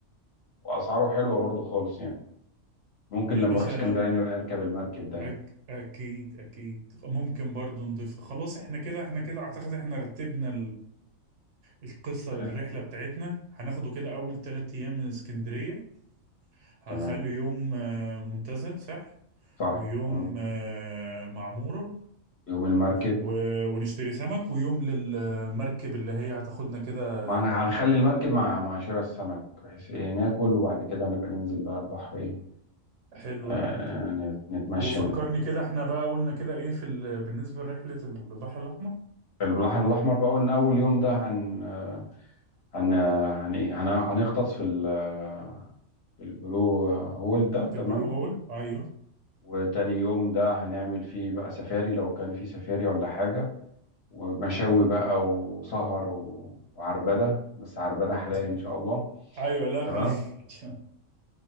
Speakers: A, on the left (about 55°); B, on the right (about 65°).
A: واسعاره حلوه برضو خالص يعني ممكن
B: يا
A: لما
B: باشا
A: اروح اسكندريه
B: لما-
A: نبقى نركب المركب ده يعني
B: أك... اكيد اكيد ممكن برضو نضيفها خلاص احنا كده احنا كده اعتقد احنا رتبنا القصة
A: آه،
B: الرحلة بتاعتنا هناخده كده أول تلات أيام من اسكندرية هنخلي
A: تمام
B: يوم آه، منتزه صح
A: صح
B: ويوم
A: ممكن.
B: آه، معمورة
A: يوم المركب
B: و- ونشتري سمك ويوم للمركب اللي هي هتاخدنا كده آه،
A: ما انا هنخلي المركب مع مع شراء السمك بحيث ايه ناكل وبعد كده نبقى ننزل بقى البحر ايه
B: حلو
A: آه،
B: أوي
A: نت- نتمشى
B: وفكرني
A: بالبحر
B: كده احنا بقى قلنا كده ايه في ال... بالنسبة لرحلة البحر الأحمر
A: في البحر الاحمر بقى قلنا اول يوم ده هن آه، هن آه، هن ايه هن هنغطس في ال آه، في البلو هول ده
B: في
A: تمام
B: البلو هول أيوه
A: وتاني يوم ده هنعمل فيه بقى سفاري لو كان فيه سفاري ولا حاجة ومشاوي بقى وسهر و- وعربدة بس عربدة حلال
B: زي
A: إن شاء الله
B: أيوه لا
A: تمام
B: حلو <laughs>